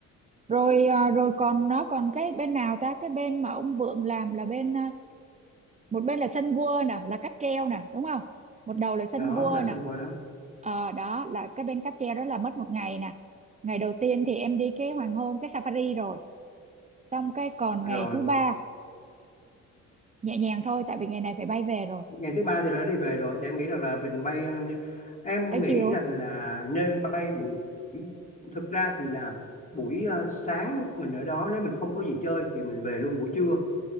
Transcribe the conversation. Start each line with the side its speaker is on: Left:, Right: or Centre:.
Right: rồi à, rồi còn nó còn cái bên nào ta cái bên mà ông Vượng làm là bên à, một bên là sân gua nè là cáp treo nè đúng không một đầu là sân
Left: đó
Right: gua
Left: là xung
Right: nè
Left: quanh đó
Right: ờ đó là cái bên cáp treo đó là mất một ngày nè ngày đầu tiên thì em đi cái hoàng hôn cái safari rồi xong cái còn
Left: rồi
Right: ngày thứ ba nhẹ nhàng thôi tại vì ngày này phải bay về rồi
Left: ngày thứ ba thì đã đi về rồi thì em nghĩ rằng là mình bay ờ, em
Right: tới
Left: nghĩ
Right: chiều
Left: rằng là nên bay buổi thực ra thì là buổi ờ, sáng mình ở đó nếu mình không có gì chơi thì mình về luôn buổi trưa